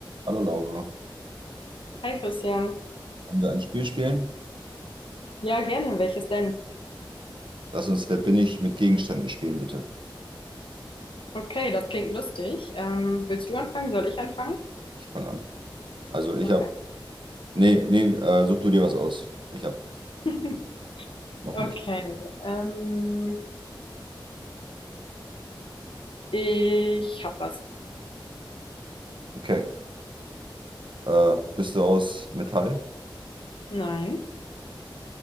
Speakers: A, on the right; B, on the left.
A: Hallo Laura,
B: Hi Christian.
A: wollen wir ein Spiel spielen?
B: Ja, gerne. Welches denn?
A: Lass uns Wer bin ich mit Gegenständen spielen, bitte.
B: Okay, das klingt lustig. Ähm, willst du anfangen? Soll ich anfangen?
A: Ich fange an. Also ich
B: Okay.
A: habe, nee, nee, äh, such du dir was aus. Ich habe
B: <laughs>
A: noch
B: Okay.
A: nicht.
B: Ähm, ich hab was.
A: Okay. Äh, bist du aus Metall?
B: Nein.